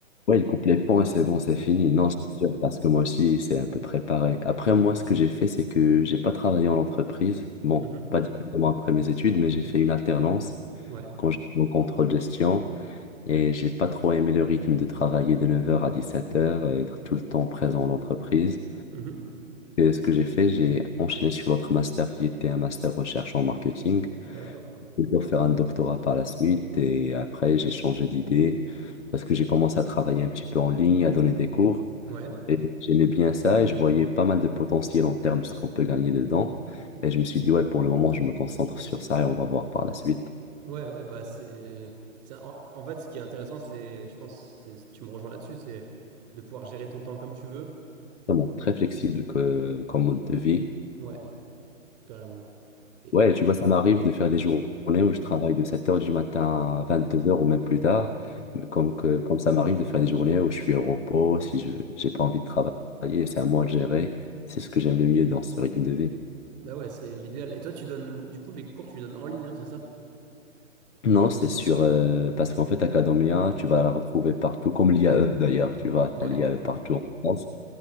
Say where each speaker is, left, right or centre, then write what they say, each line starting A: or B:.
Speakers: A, on the left; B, on the right.
A: Ouais, il coupe les ponts, c'est bon, c'est fini. Non, c'est sûr, parce que moi aussi, c'est un peu préparé. Après, moi, ce que j'ai fait, c'est que j'ai pas travaillé en entreprise. Bon,
B: Mhm.
A: pas directement après mes études, mais j'ai fait une alternance
B: Ouais,
A: quand j'étais au contrôle gestion et j'ai pas trop aimé le rythme de travailler de 9 heures à 17 heures et être tout le temps présent en entreprise.
B: Mhm.
A: Et ce que j'ai fait, j'ai enchaîné sur l'autre master qui était un master recherche en marketing.
B: D'accord.
A: J'ai dû faire un doctorat par la suite et après, j'ai changé d'idée parce que j'ai commencé à travailler un petit peu en ligne, à donner des cours.
B: Ouais.
A: Et j'aimais bien ça et je voyais pas mal de potentiel en termes de ce qu'on peut gagner dedans. Et je me suis dit, ouais, pour le moment, je me concentre sur ça et on va voir par la suite.
B: Ouais, ouais, bah c'est. ça- En, en fait, ce qui est intéressant, c'est, je pense, c'est, tu me rejoins là-dessus, c'est de pouvoir gérer ton temps comme tu veux.
A: Vraiment très flexible que, comme mode de vie.
B: Ouais, carrément. Et
A: Ouais, tu vois, ça m'arrive de faire des journées où je travaille de 7h du matin à 22h ou même plus tard. Mais Comme, que, comme ça m'arrive de faire des journées où je suis au repos, si je j'ai pas envie de travailler, c'est à moi de gérer. C'est ce que j'aime le mieux dans ce rythme de vie.
B: bah ouais, c'est l'idéal. Et toi, tu donnes, du coup, les cours, tu les donnes en ligne, hein, c'est ça?
A: Non, c'est sûr, euh, parce qu'en fait, Academia, tu vas la retrouver partout, comme l'IAE d'ailleurs, tu vois,
B: Ouais,
A: t'as l'IAE partout en France.